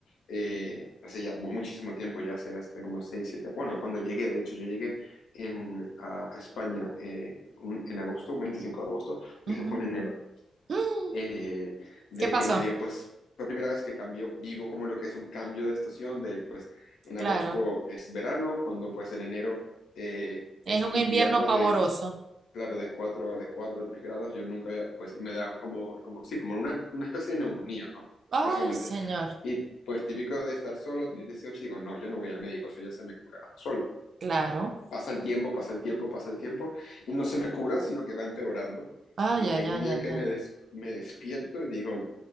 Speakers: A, on the left (about 85°); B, on the right (about 60°).
A: eh, hace ya muchísimo tiempo, ya hace, hace como 6 7 bueno, cuando llegué, de hecho, yo llegué en, a, a España eh, un- en agosto, un 25 de agosto, y
B: Ujú.
A: eso fue en enero,
B: Mm,
A: eh, de
B: ¿qué pasó?
A: que me dio, pues, fue la primera vez que cambió, vivo como lo que es un cambio de estación, de pues, en
B: Claro.
A: agosto es verano, cuando pues en enero eh,
B: Es
A: es
B: un
A: invierno
B: invierno pavoroso.
A: de Claro, de cuatro de cuatro o 3 grados, yo nunca había, pues, y me da como, como sí, como una, una especie de neumonía, vamos,
B: Ay,
A: básicamente.
B: señor.
A: Y pues típico de estar solo, tener 18, y digo, no, yo no voy al médico, eso ya se me curará solo.
B: Claro.
A: Pasa el tiempo, pasa el tiempo, pasa el tiempo, y no se me cura, sino que va empeorando.
B: Ay,
A: Y
B: ay,
A: llega
B: ay,
A: un día
B: ay,
A: que me,
B: ay.
A: des- me despierto y digo,